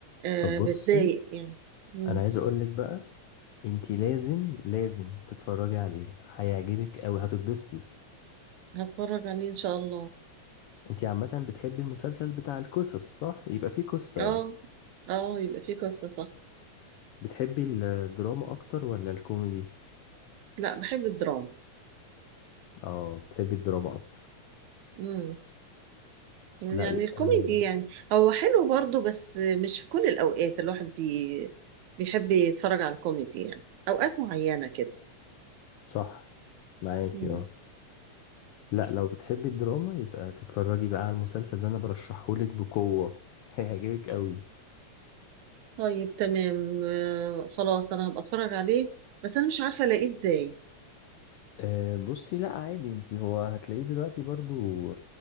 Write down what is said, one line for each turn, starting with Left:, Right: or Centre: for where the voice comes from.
Right: آه
Left: طب بصي
Right: بتضايق يعني مم.
Left: انا عايز اقول لك بقى انتي لازم لازم تتفرجي عليه هيعجبك اوي هتتبسطي
Right: هتفرج عليه ان شاء الله
Left: انتي عامة بتحبي المسلسل بتاع القصص صح؟ يبقى فيه قصة
Right: اه
Left: يعني
Right: اه يبقى فيه قصه صح
Left: بتحبي الدراما اكتر ولا الكوميدي؟
Right: لا بحب الدراما
Left: اه بتحبي الدراما اكتر
Right: مم. يعني
Left: لا يبقى
Right: الكوميدي
Left: ال...
Right: يعني هو حلو برضو بس مش في كل الاوقات الواحد بي... بيحب يتفرج على الكوميدي يعني اوقات معينه كده
Left: صح معاكي
Right: مم.
Left: اه لا لو بتحبي الدراما يبقى تتفرجي بقى على المسلسل ده انا برشحهولك بقوة <laughs> هيعجبك اوي
Right: طيب تمام آه خلاص انا هبقى اتفرج عليه بس انا مش عارفه الاقيه ازاي
Left: أه بصي لا عادي انتي هو هتلاقيه دلوقتي برضو